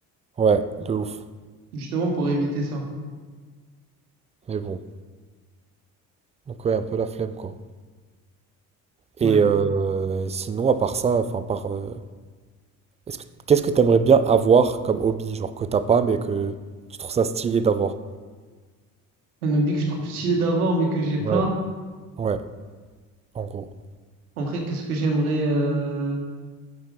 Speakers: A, on the right; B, on the right.
A: Ouais, de ouf.
B: justement pour éviter ça.
A: Mais bon. Donc ouais, un peu la flemme quoi. Et
B: Ouais.
A: euh, sinon, à part ça, enfin, à part euh, Est-ce que- qu'est-ce que t'aimerais bien avoir comme hobby, genre que t'as pas, mais que tu trouves ça stylé d'avoir?
B: Un hobby que je trouve stylé d'avoir, mais que j'ai pas.
A: Ouais. Ouais, en gros.
B: En vrai, qu'est-ce que j'aimerais euh...